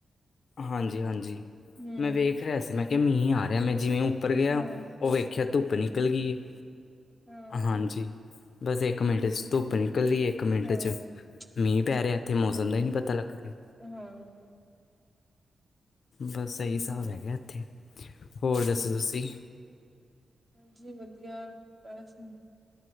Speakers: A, on the left; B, on the right.
A: ਹਾਂਜੀ ਹਾਂਜੀ
B: ਹਮ
A: ਮੈਂ ਵੇਖ ਰਿਹਾ ਸੀ ਮੈਂ ਕਿਹਾ ਮੀਂਹ ਆ ਰਿਹਾ ਮੈਂ ਜਿਵੇਂ! ਉੱਪਰ ਗਿਆ
B: ਹਾਂ
A: ਉਹ ਵੇਖਿਆ ਧੁੱਪ ਨਿਕਲ ਗਈ ਏ
B: ਹਾਂ
A: 'ਹਾਂਜੀ। ਬਸ ਇੱਕ ਮਿੰਟ 'ਚ ਧੁੱਪ ਨੀਂ ਨਿਕਲਦੀ ਏ ਇੱਕ ਮਿੰਟ
B: ਹਾਂ-ਹਾਂ-ਹਾਂ,
A: ਚ ਮੀਂਹ ਪੈ ਰਿਹਾ ਇੱਥੇ ਮੌਸਮ ਦਾ ਹੀ ਨਹੀਂ ਪਤਾ ਲੱਗ ਰਿਹਾ।
B: ਹਾਂ।
A: ਬਸ ਇਹੀ ਹਿਸਾਬ ਹੈਗਾ' ਇੱਥੇ ਹੋਰ ਦੱਸੋ ਤੁਸੀਂ!
B: ਜੀ ਵਧੀਆ ਬਸ ਹੁਣ